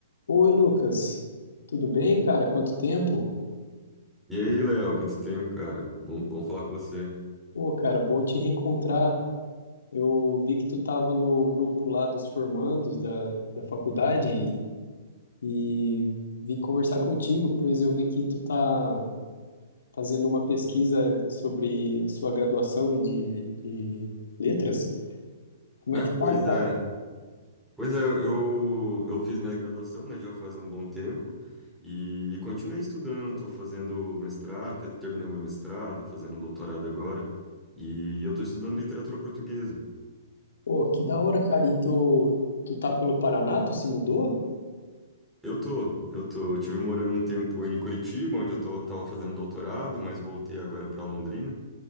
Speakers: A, on the left; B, in the centre.
A: Oi, Lucas. Tudo bem, cara? Quanto tempo?
B: E aí, Léo, quanto tempo, cara? Bom, bom falar com você.
A: Pô, cara, bom te reencontrar. Eu vi que tu tava no grupo lá dos formandos da, da faculdade e, e vim conversar contigo, pois eu vi que tu tá fazendo uma pesquisa sobre a sua graduação e de, de letras. Como
B: É,
A: é que
B: pois
A: tá, cara?
B: é. Pois é, eu, eu fiz minha graduação, né, já faz um bom tempo, e, e continuei estudando, estou fazendo mestrado, porque eu terminei meu mestrado, fazendo um doutorado agora, e eu estou estudando literatura portuguesa.
A: Pô, que da hora, cara. E tu, tu tá pelo Paraná? Tu se mudou?
B: Eu tô, eu tô, eu tive morando um tempo em Curitiba, onde eu tô, tava fazendo doutorado, mas voltei agora para Londrina